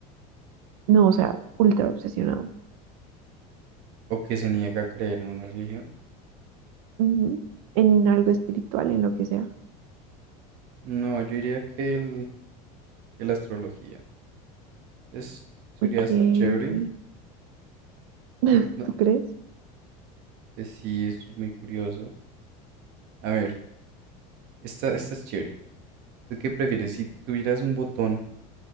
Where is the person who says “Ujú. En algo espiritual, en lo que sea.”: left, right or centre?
Right